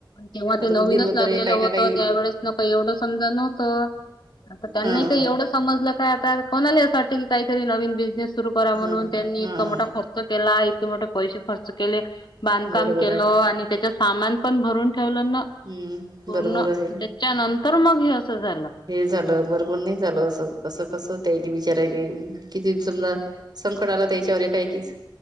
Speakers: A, on the left; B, on the right.
A: तेव्हा
B: आता
A: ते नवीनच
B: उंदीर वगैरे
A: लागलेलं
B: काही
A: होतं.
B: ना काही
A: त्यावेळेस नका एवढंच समजा नव्हतं आता त्यांना
B: हा
A: काही
B: हा
A: एवढं समजलं काय आता कोणाला असं वाटंत की काहीतरी नवीन बिझनेस सुरू करा म्हणून
B: हा
A: त्यांनी इतका
B: हा हा
A: मोठा खर्च केला. इतके मोठे पैसे खर्च केले. बांधकाम
B: बरोबर
A: केलो.
B: आहे
A: त्याच्यात सामान पण भरून ठेवल ना
B: हम्म
A: पूर्ण.
B: बरोबर आहे
A: त्यानंतर मग हे असं झालं.
B: हे झालं बरबर नाही झालं असं कस कसं त्या विचार आले. किती समजा संकट आला त्याच्यावर काय किच